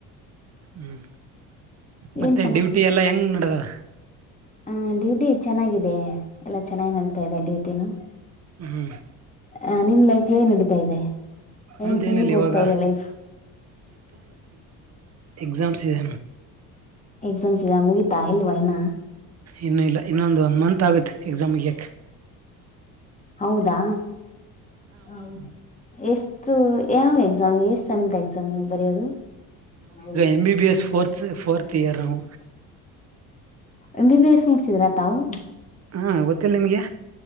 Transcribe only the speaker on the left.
ಏನ್
ಹ ಡ್ಯೂಟಿ ಚೆನ್ನಾಗಿದೆ ಎಲ್ಲ ಚೆನ್ನಾಗಿ ನಡ್ತ ಇದೆ ಡ್ಯು ತ್ತನು
ಆ ನಿಮ್ ಲೈಫ್ ಏನ್ ನಡೀತಾ ಇದೆ ಹೆಂಗ
ಹೆಂಗ್
ಓಡ್ತಾ
ಇದೆ ಲೈಫ್
ಎಕ್ಸಾಮ್ಸ್ ಇದಾವ ಮುಗಿತಾ ಇಲ್ವ ಇನ್ನಾ
ಹೌದಾ ಹೌದು ಎಷ್ಟ ಸು ಯಾವ್ ಎಕ್ಸಾಮ್ ಎಷ್ಟ ಸೇಮ್ ಎಕ್ಸಾಮ್ ನೀ ಬರೆಯೋದು ನಾವು ಈಗ
<inaudible>
ಎಂ ಬಿ ಬಿ ಎಸ್ ಮುಗಸಿದ್ರ ತವು